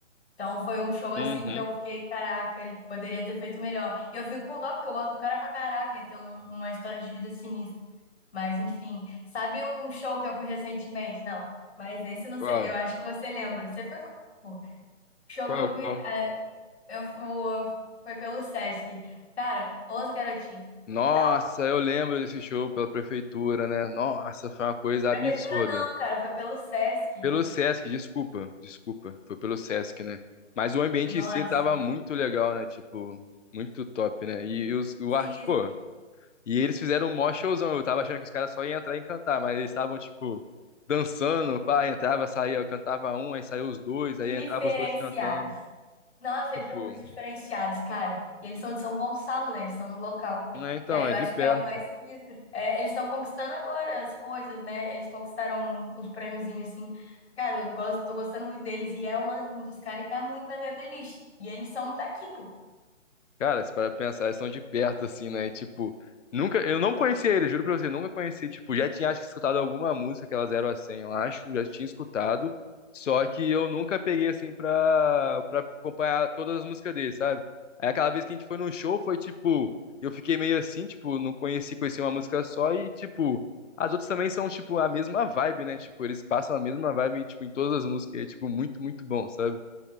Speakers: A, on the left; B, on the left.
A: Então foi um show assim
B: Uhum.
A: que eu fiquei, caraca, ele poderia ter feito melhor. E eu fico com dó, porque eu gosto do cara pra caraca, ele tem um- uma história de vida sinistra. Mas enfim, sabe um show que eu fui recentemente? Não, mas esse não
B: Qual?
A: sei, eu acho que você lembra. Você foi com. Show
B: Qual,
A: que eu fui.
B: qual?
A: eh, eu fu- foi pelo Sesc. Cara, os garotinhos.
B: Nossa,
A: Não,
B: eu lembro desse show pela prefeitura, né? Nossa, foi uma coisa
A: prefeitura
B: absurda.
A: não, cara, foi pelo Sesc.
B: Pelo Sesc, desculpa, desculpa, foi pelo Sesc, né? Mas o ambiente
A: Nossa,
B: em si tava muito legal, né? Tipo, muito top, né? E, e os, o
A: sinistro.
B: arte, pô. E eles fizeram um mó showzão. Eu tava achando que os caras só iam entrar e cantar, mas eles estavam, tipo, dançando, pá, entrava, saía, cantava um, aí saiu os dois, aí
A: Diferenciados.
B: entrava os dois cantando.
A: Nossa, eles
B: Tipo,
A: são muito diferenciados, cara. E eles são de São Gonçalo, né? Eles são um local.
B: é, então,
A: E aí
B: é
A: eu acho
B: de perto.
A: que é o mais sinistro. É, eles estão conquistando agora as coisas, né? Eles conquistaram um, uns prêmiozinhos assim. Cara, eu gosto, tô gostando muito deles e é uma- um dos caras que tá muito na minha playlist. E eles são daqui, pô.
B: Cara, se para pensar, eles são de perto, assim, né? E, tipo, nunca. Eu não conhecia ele. juro pra você, nunca conheci. Tipo, já tinha, acho que, escutado alguma música, que aquela Zero a 100, eu acho, já tinha escutado. Só que eu nunca peguei, assim, pra, pra acompanhar todas as músicas dele, sabe? Aí aquela vez que a gente foi num show, foi tipo. Eu fiquei meio assim, tipo, não conheci, conheci uma música só e, tipo. As outras também são, tipo, a mesma vibe, né? Tipo, eles passam a mesma vibe, tipo, em todas as músicas. E É, tipo, muito, muito bom, sabe?